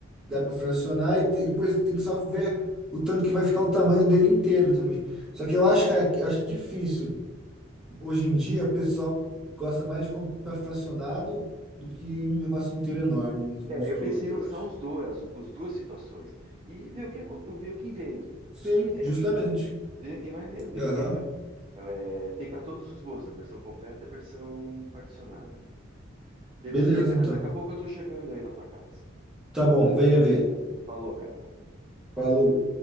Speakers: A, in the centre; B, on the right.
A: Dá
B: isso.
A: para fracionar e de- depois tem que só ver o tanto que vai ficar o tamanho dele inteiro também. Só que eu acho que é- eu acho difícil. Hoje em dia, o pessoal gosta mais de comprar fracionado do que um negócio inteiro enorme, mon- monstruoso,
B: É, eu pensei em lançar
A: eu acho.
B: os dois, as, as duas situações e ver o que acon- ver o que vende
A: Sim,
B: e deixa
A: justamente.
B: e e vai vendo. De repente
A: Aham.
B: é, tem para todos os gostos, a versão completa e a versão particionada. Belezinha,
A: Beleza,
B: cara?
A: então.
B: Daqui a pouco eu tô chegando aí na tua casa.
A: Tá bom, venha ver.
B: Falou, cara.
A: Falou.